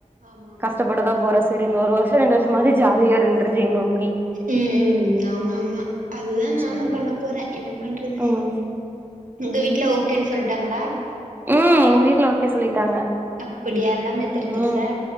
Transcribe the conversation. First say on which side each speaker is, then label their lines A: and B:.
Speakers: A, on the right; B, on the right.
A: ஆமா ஆமா
B: கஷ்டபடதான் போற சரி இன்னொ ஒரு வருஷம் ரெண்டு வருச மாரி ஜாலியா இருந்துருச்சு எங்க மம்மி
A: உம் உம் ஆமா ஆமா ஆமா அதுதான்
B: சேரி
A: நானும் பண்ண போறேன் என்ன பண்றது
B: ம்
A: உங்க வீட்ல ஓகேன்னு சொல்லிட்டாங்களா
B: உம் எங்க வீட்ல ஓகே சொல்லிட்டாங்க
A: அப்படியா எல்லாமே தெரிஞ்சிருச்சா
B: உஹம்